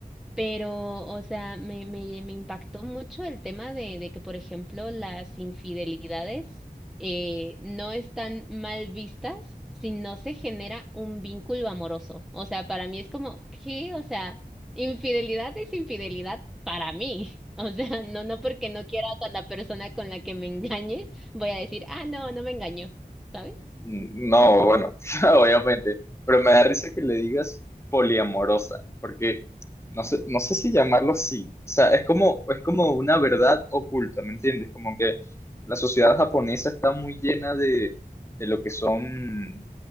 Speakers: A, in the centre; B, on the left (about 15°).
A: Pero, o sea, me, me, me impactó mucho el tema de, de que, por ejemplo, las infidelidades eh, no están mal vistas si no se genera un vínculo amoroso. O sea, para mí es como, ¿qué? O sea, infidelidad es infidelidad para mí. <laughs> O sea, no, no porque no quiera con la persona con la que me engañes, voy a decir, ah, no, no me engañó, ¿sabes?
B: No, bueno, <laughs> obviamente, pero me da risa que le digas poliamorosa, porque no sé, no sé si llamarlo así, o sea, es como, es como una verdad oculta, ¿me entiendes? Como que la sociedad japonesa está muy llena de, de lo que son